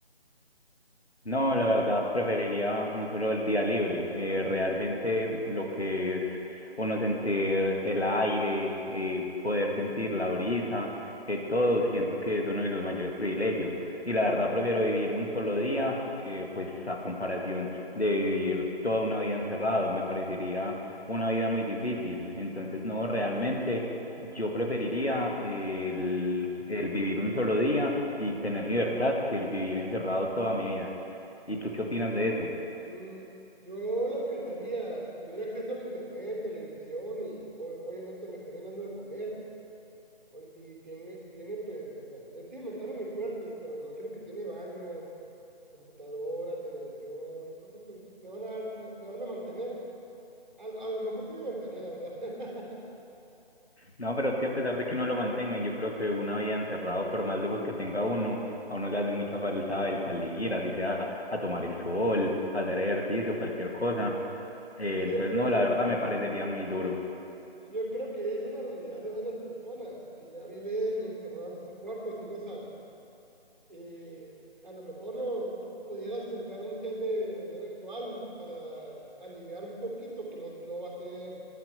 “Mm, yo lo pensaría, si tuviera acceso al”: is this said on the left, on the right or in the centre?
Right